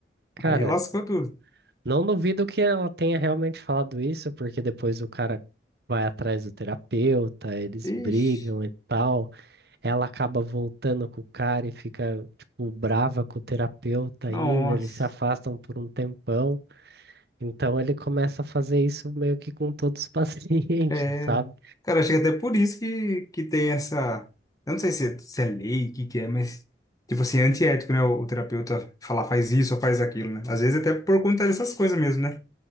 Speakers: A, on the right; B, on the left.
A: Cara,
B: Aí lascou tudo.
A: não duvido que ela tenha realmente falado isso, porque depois o cara vai atrás do terapeuta, eles
B: Ixi,
A: brigam e tal. Ela acaba voltando com o cara e fica, tipo, brava com o terapeuta
B: nossa.
A: ainda, eles se afastam por um tempão. Então ele começa a fazer isso meio que com todos os <laughs> pacientes,
B: É,
A: sabe?
B: cara, acho que até por isso que, que tem essa. Eu não sei se, é- se é lei, o que, que é, mas. Tipo assim, é antiético, né? O, o terapeuta falar faz isso ou faz aquilo, né? Às vezes até por conta dessas coisas mesmo, né?